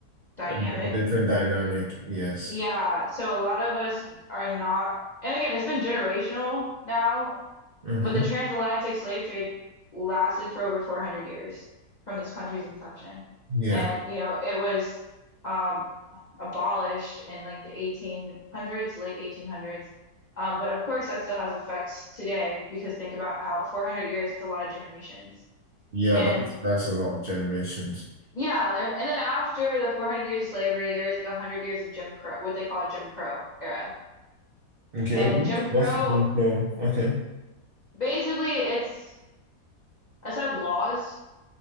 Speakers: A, on the left; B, on the right.
A: dynamic.
B: A, d- a different dynamic. Yes.
A: Yeah, so a lot of us are not and again it's been generational now,
B: Mm-hmm.
A: but the transatlantic slave trade lasted for over 400 years from this country's inception.
B: Yeah,
A: And you know, it was um abolished in like the 1800s, late 1800s. Um, but of course that still has effects today because think about how 400 years, that's a lot of generations.
B: yeah.
A: and
B: That's that's a lot of generations.
A: Yeah, there, and then after the 400 years of slavery, there is like 100 years of Jim Crow, what they call a Jim Crow era.
B: Okay,
A: And
B: what's
A: Jim
B: what's
A: Crow,
B: the game flow? Okay.
A: basically, it's a set of laws